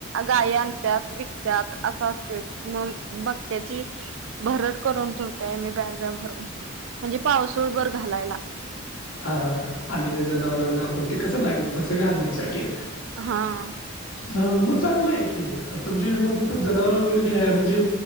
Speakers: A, on the right; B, on the left.
A: गाय आणतात विकतात असं असतो मग बक्याची भरट करून ठेवताय मी बॅग भरून म्हणजे पावसळबर घालायला
B: हा हा हा आलेल्या जनावरांना आपण ते कसं लागेल तस घालण्यासाठी
A: हा
B: हा मग चांगलंय की तुमच्या इड म जनावर वगैरे म्हणजे